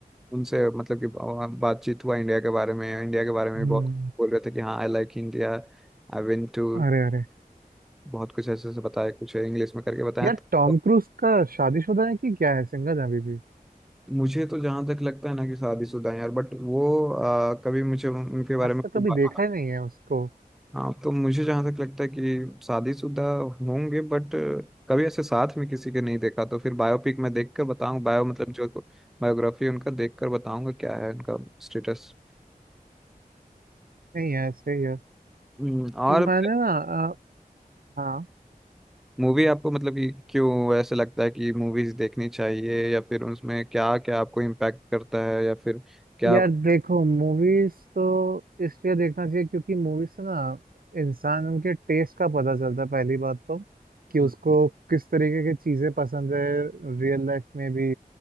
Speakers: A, in the centre; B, on the right (about 75°).
A: उनसे मतलब कि बा- बातचीत हुआ इंडिया के बारे में इंडिया के बारे में
B: हम्म
A: भी बहुत बोल रहे थे कि हाँ I like India I went to
B: अरे अरे
A: बहुत कुछ ऐसे ऐसे बताया कुछ इंग्लिश में करके बताया
B: यार
A: तो
B: टॉम क्रूज का शादीशुदा है कि क्या है सिंगल है अभी भी
A: मुझे तो जहां तक लगता है ना कि शादीशुदा है यार बट वो आ, कभी मुझे उनके बारे
B: आज
A: में
B: तक
A: तो
B: कभी
A: बात
B: देखा ही नहीं है उसको
A: हाँ तो मुझे जहां तक लगता है कि शादीशुदा होंगे बट कभी ऐसे साथ में किसी के नहीं देखा तो फिर बायोपिक में देख कर बताऊँ बायो मतलब जो बायोग्राफी उनका देख कर बताऊंगा क्या है उनका स्टेटस
B: नहीं है सही है
A: हम्म, और
B: मैंने ना अ, हाँ
A: मूवी आपको मतलब कि क्यों ऐसे लगता है कि मूवीज देखनी चाहिए या फिर उसमें क्या क्या आपको इम्पैक्ट करता है या फिर क्या
B: यार
A: आप-
B: देखो मूवीज तो इसलिए देखना चाहिए क्योंकि मूवीज से ना इंसान के टेस्ट का पता चलता है पहली बात तो कि उसको
A: हाँ,
B: किस तरीके की चीज़ें पसंद है रियल लाइफ में भी